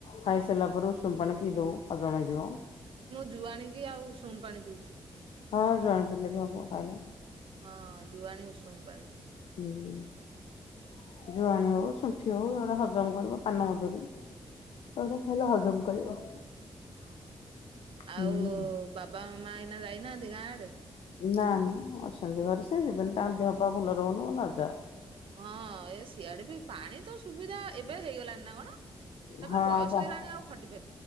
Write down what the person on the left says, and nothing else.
ଖାଇସାରିଲା ପରେ ଉଷୁମ୍ ପାଣିରେ ପୀ ଦୋବୁ ହଜମ ହୋଇଯିବ।
ହଁ ଜୁଆଣି ପିଇଲେ ବି ହବ ଖାଇଲେ।
ହୁଁ ଜୁଆଣି ହଉ ଶୁଣ୍ଠି ହଉ ଏଗୁଡ଼ା ହଜମ କରିବ ପାନ ମଧୁରି। ଅଦା ଖାଇଲେ ହଜମ କରିବ
ହୁଁ
ନା ମୁ ଅଛନ୍ତି ଘରେ ସେ ଯିବନି ତାଙ୍କ ଦେହ ପା ଭଲ ରହୁନି ମୁ ନଜାଅ
ହଁ
ପା